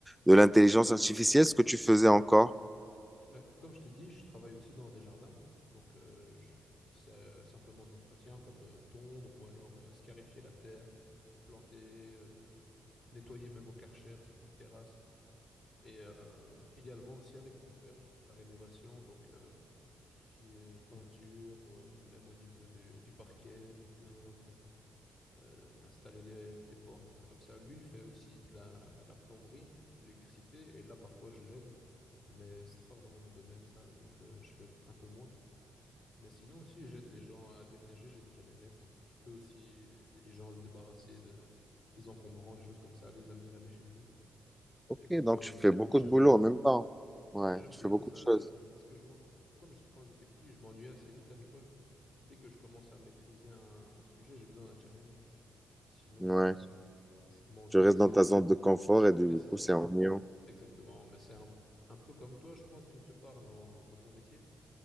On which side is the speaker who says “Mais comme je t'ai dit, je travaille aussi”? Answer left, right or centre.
Left